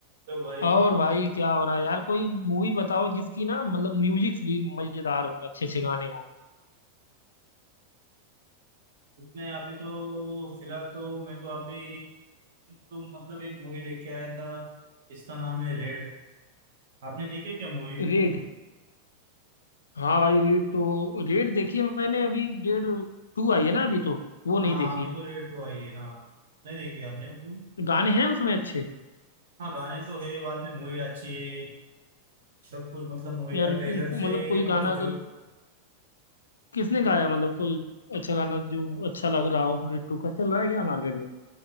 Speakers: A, on the right; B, on the left.
A: तो भाई
B: और भाई क्या हो रहा है यार कोई मूवी बताओ जिसकी ना मतलब म्यूजिक भी मजेदार हो अच्छे अच्छे गाने हो
A: उसने अभी तो फिलहाल तो मैं तो अभी तो मतलब एक मूवी देख के आया था इसका नाम है रेड आपने देखी है क्या मूवी
B: रेड हाँ भाई रेड तो रेड देखी है मैंने अभी रेड टू आई है ना अभी तो वो नहीं
A: हाँ
B: देखी
A: अभी तो रेड तो आई है हाँ नहीं देखी आपने मूवी
B: गाने हैं उसमें अच्छे
A: हाँ गाने तो है बाद में मूवी अच्छी है सब कुछ मतलब मूवी
B: यार
A: का ट्रेलर
B: मतलब
A: से
B: कोई
A: मतलब
B: गाना अगर
A: जो
B: किसने गाया मतलब कोई अच्छा गाना जो अच्छा लग रहा हो रेड टू का चल रहा है क्या मार्केट में